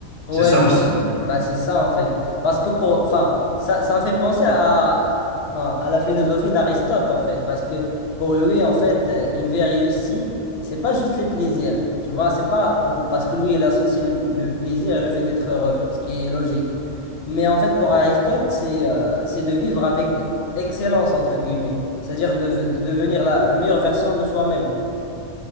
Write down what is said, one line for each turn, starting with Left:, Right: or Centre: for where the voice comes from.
Left: Ouais.
Right: C'est ça aussi.
Left: Bah, c'est ça en fait. Parce que pour, enfin, ça, ça me fait penser à, à- enfin, à la philosophie d'Aristote en fait. Parce que pour lui, en fait, euh, une vie réussie, c'est pas juste les plaisirs. Tu vois, c'est pas pour- parce que lui, il associe le, le plaisir et le fait d'être heureux, ce qui est logique. Mais en fait, pour Aristote, c'est euh, c'est de vivre avec excellence, entre guillemets. C'est-à-dire de, de devenir la, la meilleure version de soi-même.